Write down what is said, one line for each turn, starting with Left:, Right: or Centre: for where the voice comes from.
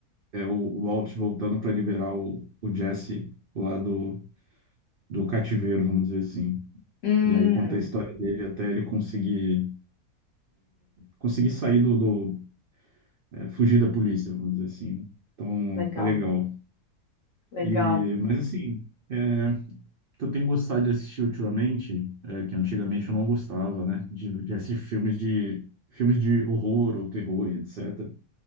Right: é o, o Walt voltando para liberar o, o Jesse lá do, do cativeiro, vamos dizer assim.
Left: Hum,
Right: E aí conta a história dele até ele conseguir, conseguir sair do, do é, fugir da polícia, vamos dizer assim. né? Então,
Left: legal,
Right: é legal.
Left: legal.
Right: E, mas assim, é, o que eu tenho gostado de assistir ultimamente, é, que antigamente eu não gostava, né? De, de assistir filmes de, filmes de horror ou terror e etc.